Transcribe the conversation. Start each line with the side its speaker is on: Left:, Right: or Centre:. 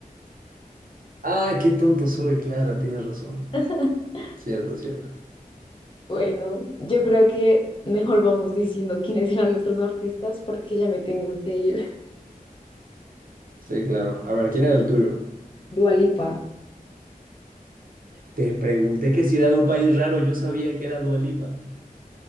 Right: Ah, qué tonto soy, claro, tienes razón.
Left: <laughs>
Right: Cierto, cierto.
Left: Bueno, yo creo que mejor vamos diciendo quiénes eran nuestros artistas porque ya me tengo que ir.
Right: Sí, claro. A ver, ¿quién era el tuyo?
Left: <laughs> Dua Lipa.
Right: Te pregunté que si era de un país raro, yo sabía que era Dua Lipa.